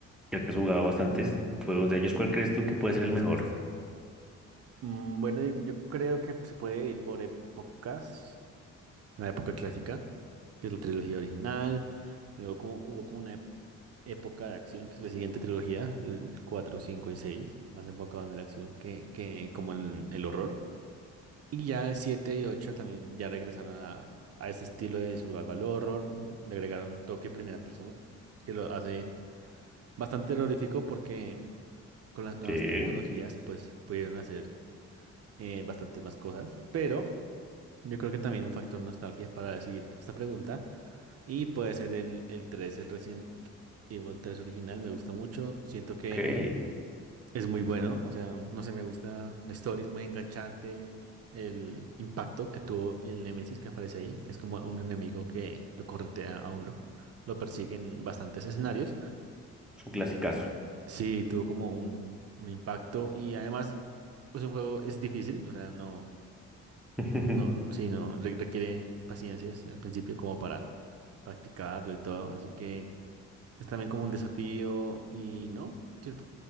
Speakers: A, in the centre; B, on the right.
A: creo que has jugado bastantes juegos de ellos. ¿Cuál crees tú que puede ser
B: Por
A: el mejor?
B: supuesto. Mm, bueno, y yo creo que se puede ir por épocas, la época clásica. que es la trilogía original. Luego como, hubo como una ep- época de acción, que es la siguiente trilogía, el 4, 5 y 6 más enfocado en la acción que, que como en el horror. Y ya el 7 y 8 también ya regresaron a, a ese estilo de survival horror, mm, le agregaron un toque primera persona, que lo hace bastante terrorífico porque con las nuevas
A: Sí,
B: tecnologías pues pudieron hacer eh, bastantes más cosas, pero... Yo creo que también un factor nostalgia para decidir esta pregunta Y puede ser el, el tres el Resident Evil 3 original, me gusta mucho. Siento que
A: ok, es
B: es muy bueno, o sea, no sé, me gusta la story, es muy enganchante. El impacto que tuvo el Nemesis que aparece ahí, que es como un enemigo que lo corretea a uno, lo persigue en bastantes escenarios.
A: un clasicazo.
B: Sí, tuvo como un, un impacto y además, pues un juego es difícil, o sea, no,
A: <laughs>
B: no, no- sí, no, re- requiere paciencia al principio como para practicarlo y todo, así que. Es también como un desafío y no, ¿cierto?